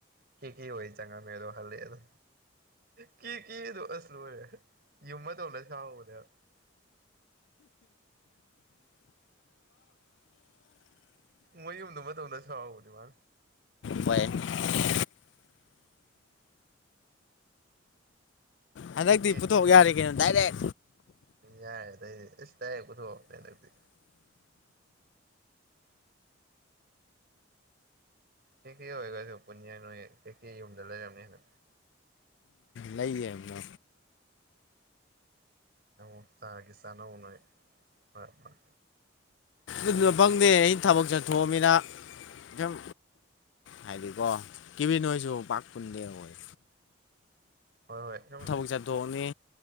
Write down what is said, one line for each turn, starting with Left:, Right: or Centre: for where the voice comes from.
Right: ꯀ ꯀ ꯑꯣꯏ ꯆꯪꯉ ꯃꯗꯣ ꯍꯜꯦ ꯑꯗꯨ ꯀ ꯑꯁꯂꯨ ꯑꯣꯏ ꯌꯨꯝ ꯑꯃ ꯇꯧꯅ ꯁꯥꯥꯎꯧꯕꯅꯦ ꯃꯌꯨꯝꯗꯨ ꯃꯇꯝꯗ ꯁꯥꯎꯕꯅꯦ ꯃꯥ
Left: ꯍꯣꯏ <inaudible> ꯍꯟꯗꯛꯇꯤ
Right: ꯀꯦ
Left: ꯄꯨꯊꯣꯛ ꯌꯥꯔꯦ ꯀꯩꯅꯣ ꯗꯥꯏꯔꯦꯛ
Right: ꯌꯥꯏꯦꯗꯗꯤ ꯇꯥꯏꯌꯦ ꯀꯊꯣꯅꯦ ꯅꯗꯤ ꯀꯦ ꯀꯦ ꯑꯣꯏꯈꯁꯨ ꯄꯨꯟꯌꯥ ꯅꯣꯏ ꯀꯦ ꯀꯦ ꯌꯨꯝꯗ ꯂꯩꯔꯝꯅꯤꯅ
Left: ꯂꯩꯌꯦꯕꯅ
Right: ꯑꯧ ꯆꯥꯒ ꯆꯥꯅꯧꯅꯣꯏ ꯐꯔꯦ ꯐꯔ
Left: ꯑꯗꯨ ꯐꯪꯗꯦ ꯑꯩꯅ ꯊꯕꯛ ꯆꯠꯊꯣꯛꯑꯃꯤꯅ ꯁꯨꯝ ꯍꯥꯏꯥꯏꯗꯤ ꯀꯣ ꯀꯕꯤ ꯅꯣꯏꯁꯨ ꯄꯥꯛ ꯀꯨꯟꯗꯦ ꯍꯈꯣꯏ
Right: ꯍꯣꯏ ꯍꯣꯏ ꯁꯨꯝ
Left: ꯀꯛꯖꯥ ꯗꯣꯅꯤ